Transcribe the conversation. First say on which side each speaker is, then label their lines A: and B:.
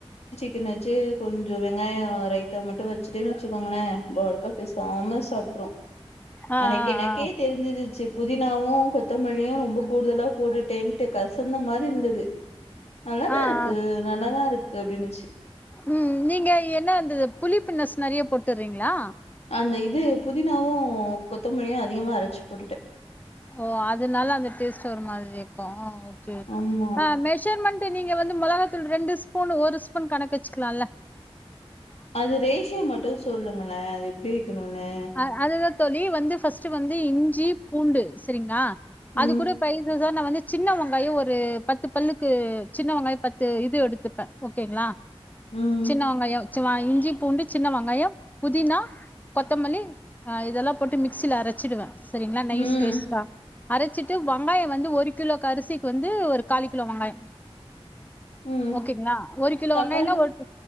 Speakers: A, on the left; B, on the left.
A: கன் கொஞ்சம் வெங்காய ரைத்த மட்டும் வச்சுட்டேன்னு வச்சுக்கோங்களேன்அது பேசாம சாப்பிடுற
B: ஆ
A: அனைக்கு எனக்கே
B: ஆ
A: தெரிஞ்சிருச்சு புதினாவும் கொத்தமலியும் ரொம்ப கூடுதலா போட்டுட்டேன் ட்டு கசந்த மா இருந்தது நல்லதா
B: ஆ ஆ
A: இருக்கு
B: ஆ
A: நல்லதா இருக்கு அப்டின்ச்சு
B: ம் நீங்க என்ன அந்த புளிப்புனஸ் நெறைய போட்டுறீங்களா
A: அந்த இது புதினாவும் கொத்தமல்லியும் அதிகமா அரைச்சு போட்டுட்டேன்
B: ஓ அதனால அந்த டேஸ்ட் ஒரு மாதிரி இருக்கும் கே
A: ஆமா
B: மெஷர்மண்ட நீ நீங்க வந்து மொளகாத்தூள் ரெண்டு ஸ்பூன் ஒரு ஸ்பூன் கணக்கு வச்சுக்கலாம்ல
A: அது ரேஷியோ மட்டும் சொல்லுங்களேன் அது எப்டி இருக்கணும்னு
B: அ அதுதா தோழி வந்து ஃபஸ்ட் வந்து இஞ்சி பூண்டு சரிங்களா அது
A: ம்
B: கூட பைசஸ் அதான் நான் வந்து சின்ன வெங்காயம் ஒரு பத்து பல்லுக்கு சின்ன வெங்காயம் பத்து இது எடுத்துப்பேன் ஓகேங்களா
A: ம்
B: சின்னவெங்காயம் இஞ்சி பூண்டு சின்ன வெங்காயம் புதினா கொத்தமல்லி ஹ இதெல்லாம் போட்டு மிக்சியில அரைச்சிடுவேன் சரிங்களா நைஸ்
A: ம்
B: பேஸ்ட்டா அரைச்சிட்டு வெங்காயம் வந்து ஒரு கிலோ அரிசிக்கு வந்து ஒரு காலு கிலோ வெங்காயம்
A: ம்
B: ஓகேங்களா ஒரு கிலோ
A: தக்காளி
B: வெங்காயனா ஒரு